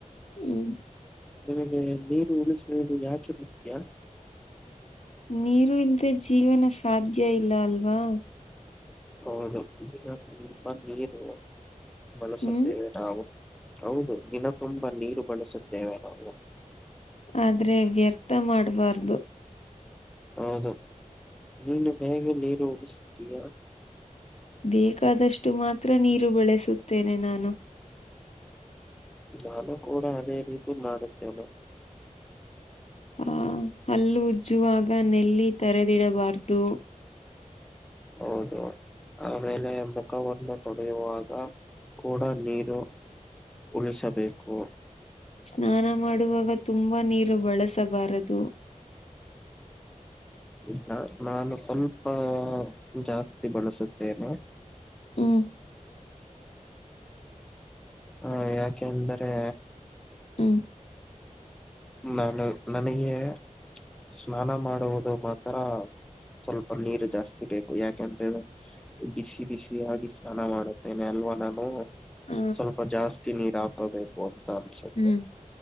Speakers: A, on the left (about 55°); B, in the centre.
A: ಹ್ಮ್
B: ನಮಗೆ ನೀರು ಉಳಿಸ ಯಾಕೆ ಬರ್ತಯಾ
A: ನೀರು ಇಲ್ದೆ ಜೀವನ ಸಾಧ್ಯ ಇಲ್ಲ ಅಲ್ವಾ
B: ಹೌದು ದಿನ ತುಂಬಾ ನೀರು ಬಳಸುತ್ತೇವೆ
A: ಹ್ಮ್
B: ನಾವು ಹೌದು ದಿನ ತುಂಬಾ ನೀರು ಬಳಸುತ್ತೇವೆ ನಾವು
A: ಆದ್ರೆ ವ್ಯರ್ಥ ಮಾಡಬಾರ್ದು
B: ಹೌದು ನೀನು ಹೇಗೆ ನೀರು ಉಳಿಸುತ್ತೀಯಾ
A: ಬೇಕಾದಷ್ಟು ಮಾತ್ರ ನೀರು ಬಳಸುತ್ತೇನೆ ನಾನು
B: ನಾನು ಕೂಡ ಅದೇ ರೀತಿ ಮಾಡುತ್ತೇನೆ
A: ಆಹ ಹಲ್ಲು ಉಜ್ಜುವಾಗ ನೆಲ್ಲಿ ತರೆದಿಡಬಾರ್ದು
B: ಹೌದು ಆಮೇಲೆ ಮುಖವನ್ನು ತೊಡೆಯುವಾಗ ಕೂಡ ನೀರು ಉಳಿಸಬೇಕು
A: ಸ್ನಾನ ಮಾಡುವಾಗ ತುಂಬಾ ನೀರು ಬಳಸಬಾರದು
B: ಇಲ್ಲ ನಾನು ಸ್ವಲ್ಪ ಜಾಸ್ತಿ ಬಳಸುತ್ತೇನೆ
A: ಹ್ಮ್
B: ಹ ಯಕ ಅಂದರೆ
A: ಹ್ಮ್
B: ನಾನು ನನಗೆ ಸ್ನಾನ ಮಾಡುವುದು ಮಾತ್ರ ಸ್ವಲ್ಪ ನೀರು ಜಾಸ್ತಿ ಬೇಕು ಯಾಕಂದ್ರೆ ಬಿಸಿ ಬಿಸಿಯಾಗಿ ಸ್ನಾನ ಮಾಡುತ್ತೇನೆ ಅಲ್ವ ನಾನು
A: ಹ
B: ಸ್ವಲ್ಪ ಜಾಸ್ತಿ ನೀರ ಹಾಪಬೇಕು ಅಂತ ಅನಿಸುತ್ತೆ
A: ಹ್ಮ್